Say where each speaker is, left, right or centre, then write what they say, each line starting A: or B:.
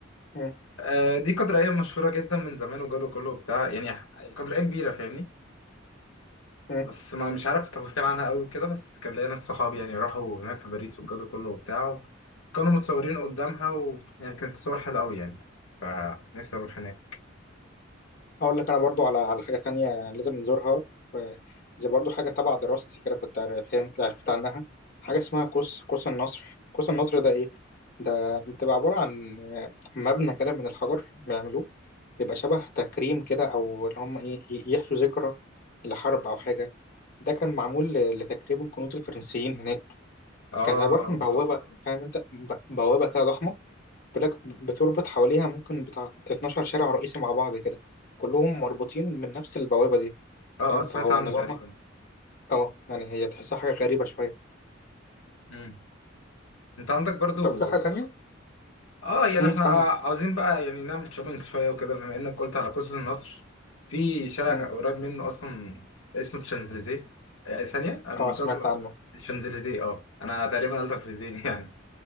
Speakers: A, on the left (about 45°); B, on the left (about 85°).
A: مم.
B: آه دي كاتدرائية مشهورة جدا من زمان وجوده كله وبتاع يعني كاتدرائية كبيرة فاهمني
A: مم.
B: بس ما مش عارف تفاصيل عنها قوي كده بس كان ليا ناس صحابي يعني راحوا هناك في باريس والجو ده كله وبتاع كانوا متصورين قدامها ويعني كانت الصور حلوة قوي يعني فنفسي اروح هناك
A: هقول لك انا برضو على على حاجه تانية لازم نزورها ب- دي برضو حاجه تبع دراستي كده كنت عار- فهمت عرفت عنها حاجه اسمها قوس قوس النصر قوس النصر ده ايه ده بتبقى عباره عن آه، مبنى كده من الحجر بيعملوه بيبقى شبه تكريم كده او اللي هم ايه ي- يحيوا ذكرى لحرب او حاجه ده كان معمول ل- لتكريم الجنود الفرنسيين هناك
B: اه
A: كان عباره عن بوابه اه فاهم انت ب- بوابه كده ضخمه بلاك بتربط حواليها ممكن بتاع 12 شارع رئيسي مع بعض كده كلهم مربوطين من نفس البوابة دي
B: اه
A: فاهم
B: آه، سمعت
A: فهو
B: عنه
A: نظامها
B: تقريبا
A: اه يعني هي تحسها حاجة غريبة شوية
B: مم. انت عندك برضو
A: طب في حاجة تانية؟
B: اه يعني
A: امم
B: احنا
A: كمل
B: آه، عاوزين بقى يعني نعمل شوبينج شوية وكده بما انك قلت على قوس النصر في شارع
A: امم
B: قريب منه اصلا اسمه الشانزليزيه آه، ثانية انا
A: اه سمعت عنه
B: الشانزليزيه اه انا تقريبا قلتك في ذهني